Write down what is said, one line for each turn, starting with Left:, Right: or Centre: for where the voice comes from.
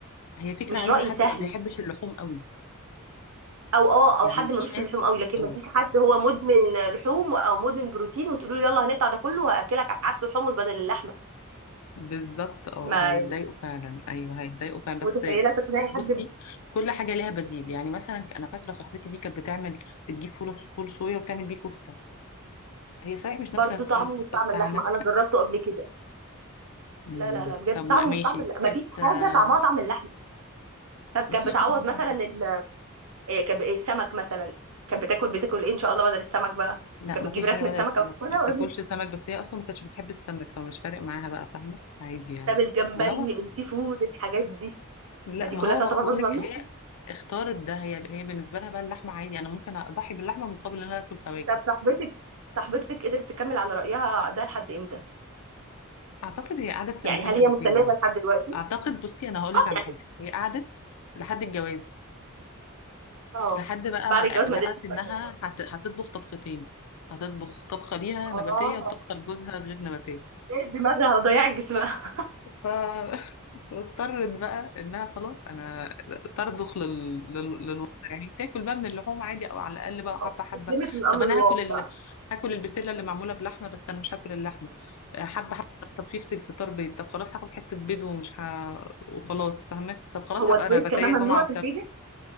Left: هي فكره
Right: مش
Left: عايزه
Right: رأي
Left: حد
Right: سهل
Left: ما بيحبش اللحوم قوي
Right: او اه
Left: يعني
Right: او حد
Left: في
Right: ملوش في
Left: ناس
Right: اللحوم قوي لكن
Left: آه،
Right: ما تجيش حد هو مدمن لحوم او مدمن بروتين وتقولوا له يلا هنقطع ده كله وهاكلك عدس وحمص بدل اللحمه
Left: بالظبط اه
Right: ما
Left: هيتضايقوا
Right: يعني
Left: فعلا ايوه هيتضايقوا فعلا بس
Right: متخيله تقنعي
Left: بصي
Right: حد
Left: كل حاجه ليها بديل يعني مثلا انا فاكره صاحبتي دي كانت بتعمل بتجيب فول فول صويا وتعمل بيه كفته هي صحيح مش
Right: برضه
Left: نفس طعم
Right: طعمه
Left: الكفته
Right: مش طعم
Left: بتاعنا
Right: اللحمه انا جربته قبل كده
Left: امم
Right: لا لا لا بجد
Left: طب
Right: طعمه
Left: ما- ماشي
Right: مش طعم اللحمه
Left: كانت
Right: ما فيش حاجه
Left: آه،
Right: طعمها طعم اللحمه طب كانت
Left: مفيش
Right: بتعوض
Left: طبعا
Right: مثلا
Left: حاجة.
Right: ال- إيه، كان ب- السمك مثلا كانت بتاكل بتاكل ايه ان شاء الله بدل السمك بقى
Left: لا
Right: كانت
Left: مفيش
Right: بتجيب رسمه
Left: حاجه بدل
Right: سمكه
Left: السمك
Right: وتاكلها
Left: ما
Right: ولا
Left: بتاكلش سمك بس هي اصلا ما كانتش بتحب السمك فمش فارق معاها بقى فاهمه عادي يعني
Right: طب الجمبري
Left: ما هو
Right: السي فود الحاجات دي
Left: لا
Right: ما دي
Left: ما
Right: كلها
Left: هو
Right: تعتبر
Left: بقى بقول
Right: برضه
Left: لك
Right: ممنوع
Left: هي اختارت ده هي هي بالنسبه لها بقى اللحمه عادي انا ممكن اضحي باللحمه مقابل ان انا اكل فواكه
Right: طب صاحبتك صاحبتك قدرت تكمل على رأيها ده لحد امتى؟
Left: اعتقد هي قعدت سنتين
Right: يعني هل
Left: نباتيه
Right: هي مستمرة
Left: يعني
Right: لحد دلوقتي؟
Left: اعتقد بصي انا هقول
Right: اه
Left: لك على
Right: يعني
Left: حاجه هي قعدت لحد الجواز
Right: اه
Left: لحد بقى
Right: بعد
Left: ما
Right: الجواز ما
Left: لقت
Right: قدرتش
Left: انها
Right: تكمل.
Left: هت... هتطبخ طبختين هتطبخ طبخه ليها
Right: اه
Left: نباتيه وطبخه لجوزها غير نباتيه
Right: إيه دماغها وضيعت جسمها
Left: ف <laughs> واضطرت بقى انها خلاص انا ترضخ لل... لل... للوضع يعني تاكل بقى من اللحوم عادي او على الاقل بقى حبه
Right: آه،
Left: حبه
Right: استسلمت للأمر
Left: طب انا
Right: الواقع
Left: هاكل ال... هاكل البسله اللي معموله بلحمه بس انا مش هاكل اللحمه آه، حبه حبه طب طب في في الفطار بيض طب خلاص هاخد حته بيض ومش ه... وخلاص فاهمه طب خلاص
Right: هو
Left: هبقى
Right: البيض
Left: انا بتايه
Right: كمان ممنوع
Left: جمعه وسبت
Right: في الفيجن؟